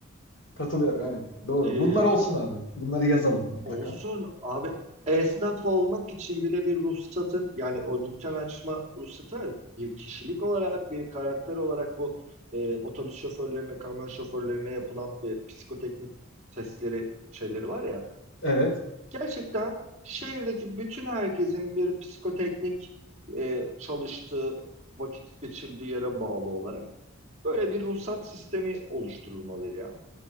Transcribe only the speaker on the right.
ben.
Olsun abi esnaf olmak için bile bir ruhsatın yani o dükkan açma ruhsatı bir kişilik olarak bir karakter olarak bu e, otobüs şoförlerine kamyon şoförlerine yapılan e, psikoteknik testleri şeyleri var ya
gerçekten şehirdeki bütün herkesin bir psikoteknik e, çalıştığı vakit geçirdiği yere bağlı olarak böyle bir ruhsat sistemi oluşturulmalı ya.